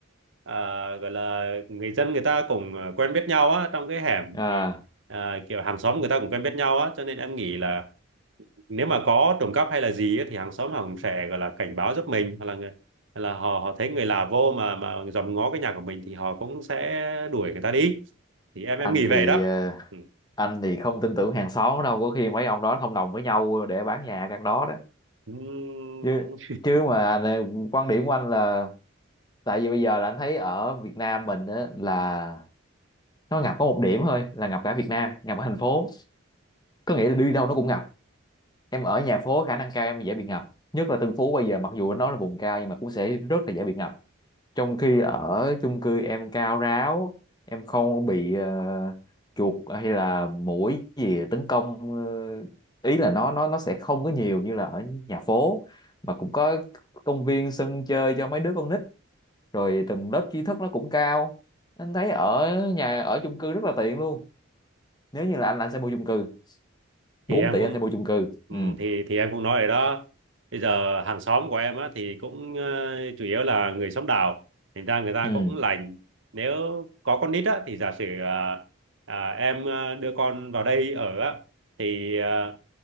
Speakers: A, on the right; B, on the left.
A: ờ, gọi là người dân người ta cũng ờ, quen biết nhau á trong cái hẻm
B: à
A: thì ờ, kiểu hàng xóm người ta cũng quen biết nhau á cho nên em nghĩ là nếu mà có trộm cắp hay là gì á, thì hàng xóm họ cũng sẽ gọi là cảnh báo giúp mình hoặc là người, hoặc là họ họ thấy người lạ vô mà mà dòm ngó cái nhà của mình thì họ cũng sẽ đuổi người ta đi thì em
B: anh
A: em nghĩ
B: thì
A: vậy đó
B: ờ,
A: ừ.
B: anh thì không tin tưởng hàng xóm đâu có khi mấy ông đó thông đồng với nhau để bán nhà căn đó đó
A: Ừm,
B: chứ chứ mà này, quan điểm của anh là tại vì bây giờ là anh thấy ở Việt Nam mình á, là nó ngập có một điểm thôi là ngập cả Việt Nam ngập ở thành phố có nghĩa là đi đâu nó cũng ngập em ở nhà phố khả năng cao em dễ bị ngập nhất là Tân Phú bây giờ mặc dù nó là vùng cao nhưng mà cũng sẽ rất là dễ bị ngập trong khi ở chung cư em cao ráo em không bị ờ, chuột hay là muỗi gì tấn công ờ, ý là nó nó nó sẽ không có nhiều như là ở nhà phố mà cũng có công viên sân chơi cho mấy đứa con nít rồi từng lớp tri thức nó cũng cao anh thấy ở nhà ở chung cư rất là tiện luôn nếu như là anh là anh sẽ mua chung cư
A: thì
B: bốn
A: em
B: tỷ
A: cũng
B: anh sẽ mua chung cư
A: ừ,
B: ừ
A: thì thì em cũng nói rồi đó bây giờ hàng xóm của em á thì cũng ờ, chủ yếu là người xóm đảo thành ra người ta
B: ừ
A: cũng lành nếu có con nít á thì giả sử ờ, à, em ờ, đưa con vào đây ở á thì ờ,